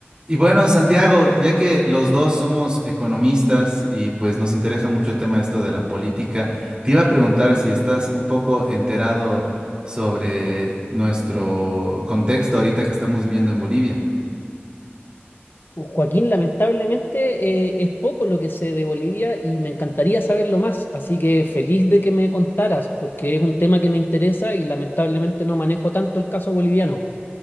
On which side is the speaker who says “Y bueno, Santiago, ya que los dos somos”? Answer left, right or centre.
Right